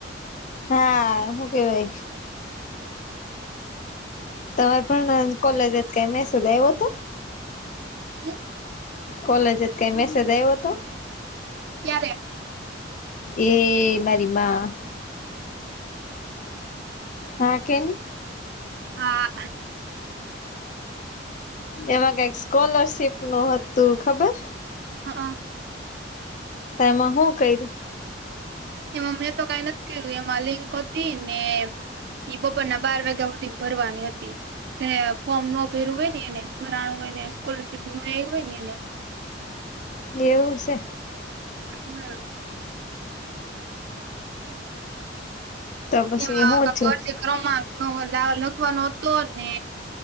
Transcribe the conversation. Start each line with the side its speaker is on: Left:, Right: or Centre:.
Left: હા શું કહેવાય? તમારે પણ કોલેજ થી કઈ મેસેજ આવ્યો હતો?
Right: હમ્મ
Left: કોલેજ માંથી જ કઈ મેસેજ આવ્યો હતો?
Right: ક્યારે?
Left: એ મારીમાં હા કે?
Right: હા.
Left: એમાં કઈક સ્કોલરશીપ નું હતું ખબર.
Right: હા.
Left: તમાં હું કર્યું.
Right: એમાં મેં તો કઈ નથી કર્યું એ મા લિક હતી ને ઈ બપોરના બાર વાગ્યા સુધી ભરવાની હતી. તેને ફોર્મ નો ભરું હોય એને ભરાણું હોય ને સ્કોલરશીપ નો એ હોય ને એને.
Left: એવું છે.
Right: હમ્મ
Left: તો પછી
Right: એ મા
Left: હું
Right: આપણી
Left: છું
Right: બર્થ ડેટ ક્રોમાંક નો લા લખવાનો હતો ને